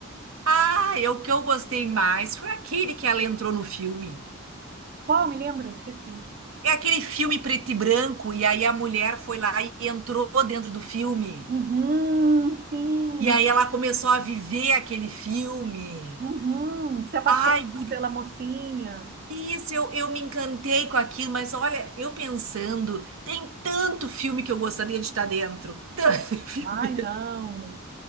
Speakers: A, on the right; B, on the right.
A: Ah, eu- o que eu gostei mais foi aquele que ela entrou no filme.
B: Qual? Me lembra? Esqueci.
A: É aquele filme preto e branco, e aí a mulher foi lá e entrou dentro do filme.
B: Uhum, sim.
A: E aí ela começou a viver aquele filme.
B: Uhum. Se apaixona
A: Ai, guri,
B: pela mocinha.
A: isso, eu, eu me encantei com aquilo, mas olha, eu pensando, tem tanto filme que eu gostaria de estar dentro. Tanto <laughs> filme.
B: Ai, não.